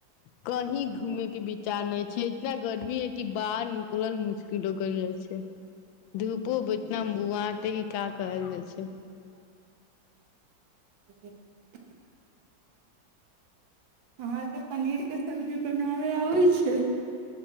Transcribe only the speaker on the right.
<unintelligible> अहाँके पनीरके सब्जी बनाबय आबै छै